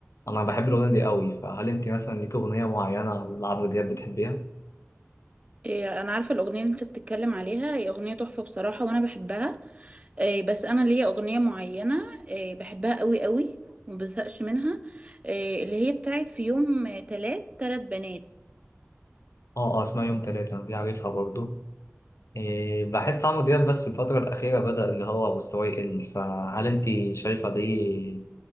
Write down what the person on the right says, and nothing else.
آه، انا عارفه الاغنيه اللي انت بتتكلم عليها هي اغنيه تحفه بصراحه وانا بحبها آه، بس انا ليا اغنيه معينه آه، بحبها قوي قوي ومبزهقش منها آه، اللي هي بتاعت في يوم آه، تلات تلات بنات